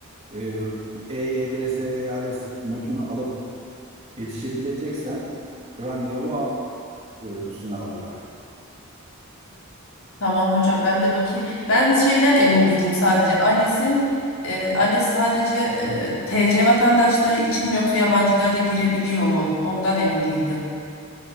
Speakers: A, on the right; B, on the left.
A: e, bu EYDS ALES notunu alıp Yetişebileceksen randevu al e, bu sınavlara.
B: Tamam hocam ben de bakayım. Ben şeyden emin değildim sadece. ALES'in e, ALES sadece e, TC vatandaşları için mi yoksa yabancılar da girebiliyor mu? Ondan emin değildim.